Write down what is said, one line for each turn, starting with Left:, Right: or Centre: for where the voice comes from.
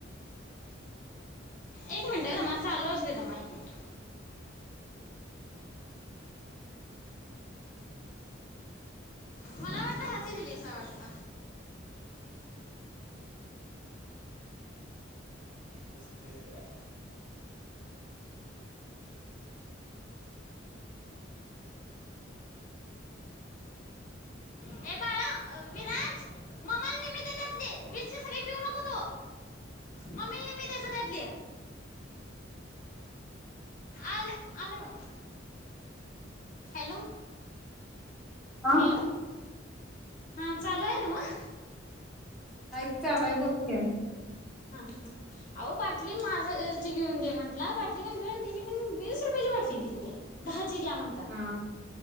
Left: एक मिनिट तमा चालू असु दे तमा एक मिनिट मला वाटलं हची दिलीसा वाटत मिस्त्री झाली काय? ए बाळा विराज मम्माला निम्मी दे त्यातली वीस ची सगळी पिऊ नको तू मम्मी ला निम्मी दे जा त्यातली आल आलय बघा हॅलो
Centre: हा
Left: हॅलो हा चालू आहे. <inaudible>
Centre: काय चालु हाय बगत्या
Left: हा हाह आहो बाटली माझा ची घेऊन दे म्हटला बाटली घेऊन तिनी पण वीस रुपयाची बाटली दिलीया दहा ती द्या म्हणताना
Centre: हा